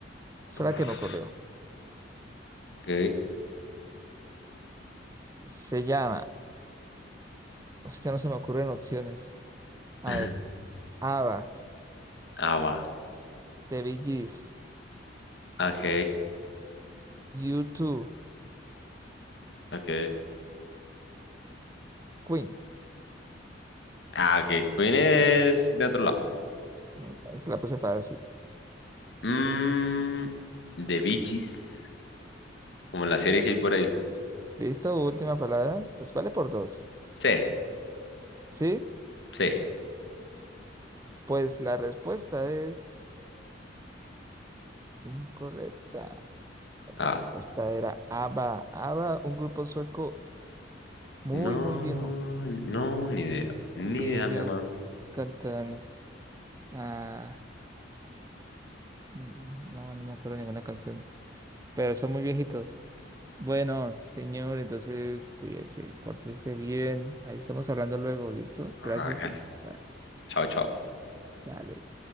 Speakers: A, on the right; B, on the left.
A: Esa es
B: uf.
A: la que me ocurrió.
B: Ok.
A: S- Se llama, es que no se me ocurren opciones. A
B: <laughs>
A: ver, ABBA,
B: Ah, va.
A: The Bee Gees,
B: Ok,
A: U2,
B: ok.
A: Queen.
B: Ah, ok, Queen es de otro lado.
A: Mm, ahí Se la puse fácil.
B: Mm, ¿de Bee Gees? Como la serie que hay por ahí.
A: ¿Listo? Última palabra. Pues vale por dos.
B: Sí,
A: ¿Sí?
B: sí.
A: Pues la respuesta es... Incorrecta.
B: Ah,
A: La respuesta era ABBA. ABBA, un grupo sueco muy,
B: no,
A: muy viejo,
B: no, ni idea. Ni
A: que
B: idea,
A: ellos
B: mi hermano.
A: cantan... ah, no, no me acuerdo ninguna canción, pero son muy viejitos. Bueno, señor, entonces cuídese, pórtese bien. Ahí estamos hablando luego, ¿listo?
B: Ah,
A: Gracias
B: Cali.
A: por jugar.
B: Chao, chao.
A: Dale.